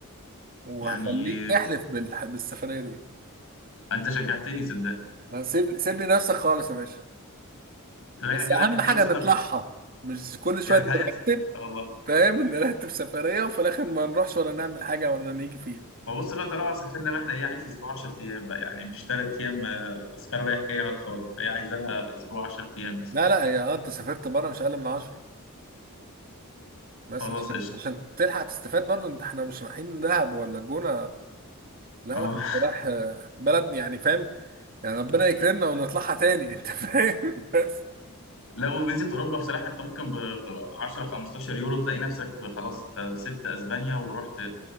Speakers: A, on the right; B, on the left.
A: وهخليك
B: يعني
A: احلف بالح... بالسفرية دي
B: انت شجعتني صدقني
A: سيب سيب لي نفسك خالص يا باشا
B: طب احنا
A: بس
B: كده
A: أهم
B: احنا كده
A: حاجة
B: وصلنا
A: نطلعها
B: بال...
A: مش كل شوية
B: يعني
A: نرتب
B: هيحصل ان شاء الله
A: فاهم <laughs> نرتب سفرية وفي الآخر ما نروحش ولا نعمل حاجة ولا نيجي فيها
B: ما بص بقى طالما سافرنا بقى احنا ايه عايز اسبوع 10 ايام بقى يعني مش 3 ايام آه، تذكرة رايح جاي على الفاضي فهي عايزه لها اسبوع 10 ايام مثلا
A: لا لا هي اه انت سافرت بره مش اقل من 10 بس
B: خلاص
A: عشان
B: قشطة
A: عشان تلحق تستفاد برضو انت احنا مش رايحين دهب ولا الجونة لا
B: اه
A: لا انت رايح آه، بلد يعني فاهم يعني ربنا يكرمنا ونطلعها تاني <laughs> انت فاهم بس
B: لا وفيزيت اوروبا بصراحه انت ممكن ب 10 15 يورو تلاقي نفسك في- خلاص انت سبت اسبانيا ورحت